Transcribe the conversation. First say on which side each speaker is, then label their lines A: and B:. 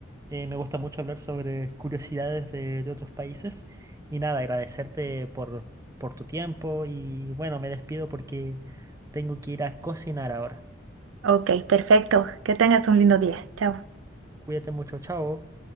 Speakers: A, on the right; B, on the right.
A: Eh, me gusta mucho hablar sobre curiosidades de, de otros países. Y nada, agradecerte por, por tu tiempo. Y bueno, me despido porque tengo que ir a cocinar ahora.
B: Ok, perfecto. Que tengas un lindo día. Chao.
A: Cuídate mucho, chao.